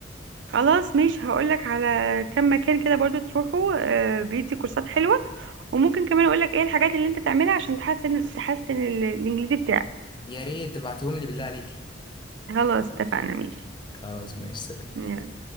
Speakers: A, on the right; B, on the left.
A: خلاص ماشي هقولك على كم مكان كده برضو تروحوا آه، بيدي كورسات حلوة وممكن كمان اقولك ايه الحاجات اللي انت تعملها عشان تحسن تحسن ال- الانجليزي بتاعك
B: يا ريت تبعتيهم لي بالله عليك
A: خلاص اتفقنا ماشي
B: خلاص ماشي
A: يلا.